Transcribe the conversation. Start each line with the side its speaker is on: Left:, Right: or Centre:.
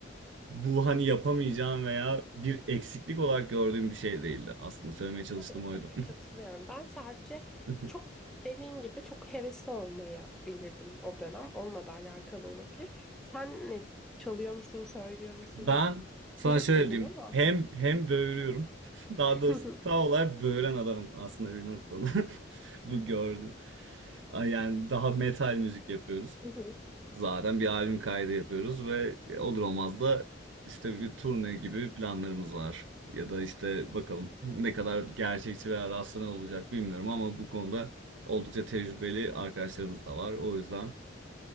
Right: bu hani yapamayacağım veya bir eksiklik olarak gördüğüm bir şey değildi. Aslında söylemeye çalıştığım
Centre: Tabii
Right: oydu.
Centre: tabii katılıyorum. Ben sadece
Right: <laughs>
Centre: çok dediğin gibi çok hevesli olmayabilirdim o dönem. Onunla da alakalı olabilir. Sen ne çalıyor musun, söylüyor musun?
Right: Ben sana
Centre: Grup
Right: şöyle
Centre: dedin
Right: diyeyim.
Centre: ama.
Right: Hem hem böğürüyorum. <laughs> Daha
Centre: <laughs>
Right: doğrusu
Centre: Hı
Right: tam olarak böğüren adamım aslında bir noktada. <laughs> Bu gördüm. Yani daha metal müzik yapıyoruz.
Centre: hı.
Right: Zaten bir albüm kaydı yapıyoruz ve e, olur olmaz da işte bir turne gibi planlarımız var. Ya da işte bakalım <laughs> ne kadar gerçekçi veya rastlanan olacak bilmiyorum ama bu konuda oldukça tecrübeli arkadaşlarımız da var. O yüzden